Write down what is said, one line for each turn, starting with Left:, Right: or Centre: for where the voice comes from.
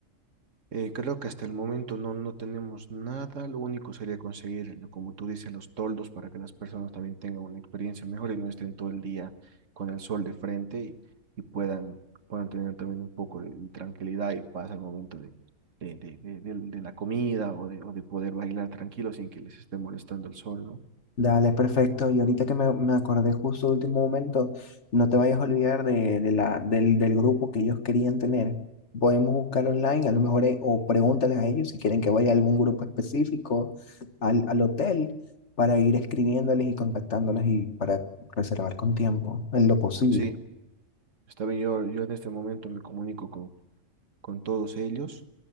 Right: Eh, creo que hasta el momento no, no tenemos nada. Lo único sería conseguir, como tú dices, los toldos para que las personas también tengan una experiencia mejor y no estén todo el día con el sol de frente y, y puedan, puedan tener también un poco de, de tranquilidad y paz al momento de, de, de, de, del- de la comida o de, o de poder bailar tranquilo sin que les esté molestando el sol, ¿no?
Left: Dale, perfecto. Y ahorita que me, me acordé justo último momento, no te vayas a olvidar de, de la, del, del grupo que ellos querían tener. Podemos buscar online, a lo mejor, eh, o pregúntales a ellos si quieren que vaya a algún grupo específico al, al hotel para ir escribiéndoles y contactándoles y para reservar con tiempo, en lo posible.
Right: Sí, está bien. Yo, yo en este momento me comunico con todos ellos